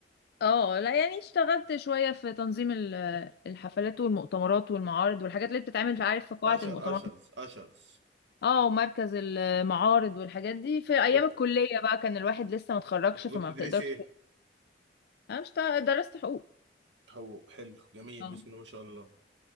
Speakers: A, on the left (about 60°); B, on the right (about 80°).
A: اه لا يعني اشتغلت شوية في تنظيم ال- الحفلات والمؤتمرات والمعارض والحاجات اللي بتتعمل في عارف في قاعة
B: اشر
A: المؤتمرات
B: اشرز اشرز
A: اه ومركز المعارض والحاجات دي في ايام
B: كنت
A: الكليه بقى كان الواحد لسه ما اتخرجش
B: كنت
A: فما
B: بتدرسي
A: بتقدرش
B: ايه
A: انا مش تع- درست حقوق
B: حقوق حلو جميل
A: اه
B: بسم الله ما شاء الله